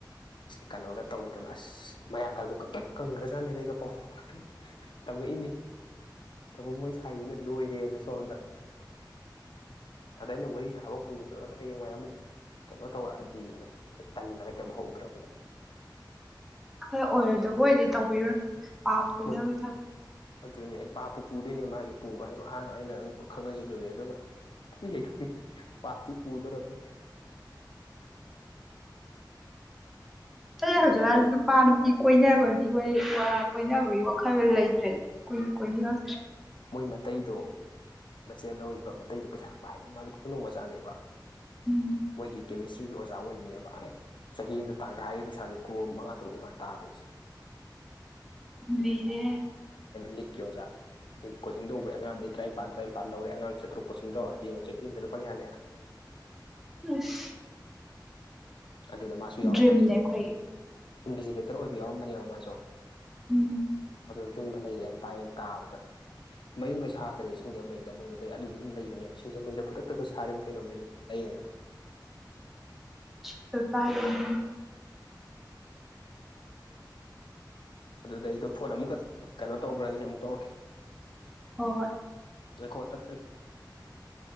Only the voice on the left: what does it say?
ꯀꯩꯅꯣꯒ ꯇꯧꯗꯅ ꯑꯁ ꯃꯌꯥꯡꯒꯥꯗ ꯀ ꯀꯪꯈ꯭ꯔꯖꯥꯠꯅꯤꯗ ꯑꯩꯒ ꯄꯥꯎ ꯐ ꯇꯝꯃꯛꯏꯅꯦ ꯇꯕꯨꯣ ꯃꯣꯏ ꯁꯥꯏꯗꯨꯅ ꯂꯣꯏꯔꯦꯅ ꯁꯣꯝꯗ ꯑꯗ ꯑꯩꯅ ꯋꯥꯔꯤ ꯁꯥꯕ ꯑꯃ ꯍꯧꯖꯤꯜꯂꯛꯑꯒ ꯍꯌꯦꯡꯋꯥꯏꯃꯨꯛ ꯀꯩꯅꯣ ꯇꯧꯔꯛꯑꯗꯤ ꯇꯗꯅ ꯀꯩꯝ ꯍꯧꯗ꯭ꯔꯕꯗꯣ
ꯃꯣꯏ
ꯑꯗꯨꯅꯤ ꯑꯩ ꯄꯥꯛꯄꯨ ꯄꯨꯗꯣꯏꯅꯦ ꯃꯥꯒꯤ ꯄꯨꯕ ꯍꯥꯏꯕ ꯑꯍꯥꯡ ꯑꯩꯅ ꯑꯃꯨꯛꯀ ꯈꯪꯅꯁꯤꯜꯂꯨꯔꯦ ꯑꯗꯨꯒ ꯇ ꯂꯩ ꯊ ꯄꯇ ꯄꯨꯗꯔꯕ
ꯃꯥꯏ
ꯃꯣꯏ ꯃꯇꯩꯗꯣ ꯃꯆꯦꯜ ꯂꯧꯔꯤꯕ ꯃꯇꯩꯗꯣ ꯄꯩꯁꯥ ꯌꯥꯝ ꯄꯥꯏꯗꯅ ꯃꯥꯁꯦ ꯈꯨ ꯅꯣꯡ ꯃꯆꯥꯅꯦꯕ
ꯃꯣꯏꯒꯤ ꯀꯦꯃꯤꯁꯇ꯭ꯔꯤꯒꯤ ꯑꯣꯖꯥ ꯑꯣꯏꯕꯅꯦꯕ ꯑꯩ ꯆꯍꯤ ꯑꯃꯗ ꯇꯥꯟꯒꯥꯏ ꯍꯥꯏꯔꯤꯕ ꯄꯩꯁꯥꯥꯁꯦ ꯀꯨ ꯃꯉꯥ ꯇꯔꯨꯛ ꯏꯃꯥꯟ ꯇꯥꯗ꯭ꯔꯦꯁꯦ
ꯅꯌꯖ ꯀꯣꯤꯡ ꯇꯧꯕꯩ ꯑꯉꯗ ꯇꯔꯥꯅꯤꯄ ꯇꯔꯥꯅꯤꯄꯜ ꯂꯧꯔꯦꯉꯥꯡ ꯆꯇꯨꯛ ꯀꯣꯤꯡ ꯇꯧꯔꯑꯗꯤꯡꯨꯛ ꯆꯍꯤ ꯑꯃ ꯂꯨꯄ ꯌꯥꯅꯤ <inaudible>
ꯑꯗꯨꯗ ꯃꯥꯁꯨ ꯌꯥꯎꯔꯝꯕꯅꯦꯕ
ꯏꯟꯚꯤꯖꯤꯂꯦꯇꯔ ꯑꯣꯏꯕ ꯌꯥꯎꯔꯝꯕꯅꯦꯕ ꯃꯥꯁꯨ
ꯑꯗꯨ ꯌꯨꯝꯗ ꯂꯩꯔꯤ ꯌꯥꯝ ꯇꯥꯏꯌꯦ ꯇꯥꯕꯗ ꯃꯌꯨꯝꯒ ꯁꯥꯈ꯭ꯔꯦ ꯁꯤꯡꯖꯃꯩꯗ ꯃꯣꯏ ꯃꯇꯩ ꯑꯗꯨꯗꯤ ꯑꯗꯨꯝ ꯂꯩꯕꯅꯦꯕ ꯁꯤꯡꯖꯃꯩꯗ ꯈꯨꯗꯛꯇꯛꯒ ꯁꯥꯔꯤꯕ ꯀꯩꯅꯣ ꯃꯌꯨꯝ ꯂꯩ ꯍꯥꯏ
ꯑꯗꯨꯗ ꯑꯩꯗꯣ ꯐꯣꯟ ꯑꯃꯨꯛꯀ ꯀꯩꯅꯣ ꯇꯧꯈ꯭ꯔꯅꯤ ꯑꯃꯨꯛ ꯇꯧꯔꯛꯀꯦ
ꯑꯩꯣ ꯇ ꯐꯔꯤ